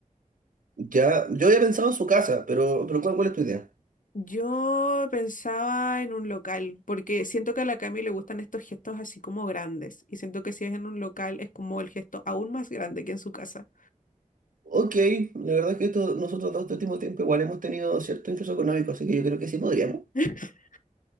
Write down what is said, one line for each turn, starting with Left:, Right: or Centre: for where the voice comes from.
Right: Ya, yo había pensado en su casa, pero, pero ¿cuál, cuál es tu idea?
Left: Yo pensaba en un local, porque siento que a la Cami le gustan estos gestos así como grandes, y siento que si es en un local es como el gesto aún más grande que en su casa.
Right: Ok, la verdad es que esto, nosotros dos este último tiempo igual hemos tenido cierto ingreso económico, así que yo creo que sí podríamos.
Left: <laughs>